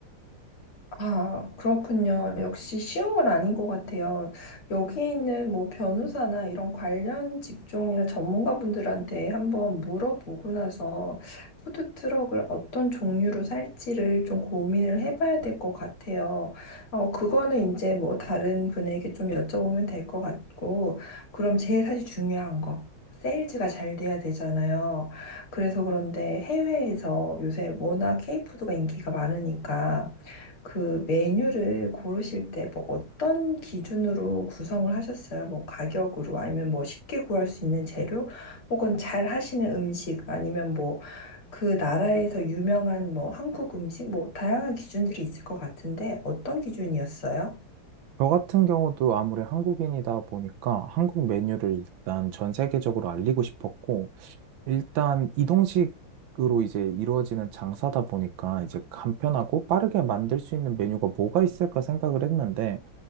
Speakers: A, on the left (about 80°); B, on the right (about 70°).
A: 아, 그렇군요. 역시 쉬운 건 아닌 것 같아요. 여기 있는 뭐 변호사나 이런 관련 직종이나 전문가분들한테 한번 물어보고 나서 푸드트럭을 어떤 종류로 살지를 좀 고민을 해봐야 될 것 같아요. 어, 그거는 이제 뭐 다른 분에게 좀 여쭤보면 될 것 같고, 그럼 제일 사실 중요한 거. 세일즈가 잘 돼야 되잖아요. 그래서 그런데 해외에서 요새 워낙 케이푸드가 인기가 많으니까 그 메뉴를 고르실 때 뭐 어떤 기준으로 구성을 하셨어요? 뭐 가격으로 아니면 뭐 쉽게 구할 수 있는 재료 혹은 잘 하시는 음식 아니면 뭐 그 나라에서 유명한 뭐 한국 음식 뭐 다양한 기준들이 있을 것 같은데 어떤 기준이었어요?
B: 저 같은 경우도 아무리 한국인이다 보니까 한국 메뉴를 일단 전 세계적으로 알리고 싶었고 일단 이동식으로 이제 이루어지는 장사다 보니까 이제 간편하고 빠르게 만들 수 있는 메뉴가 뭐가 있을까 생각을 했는데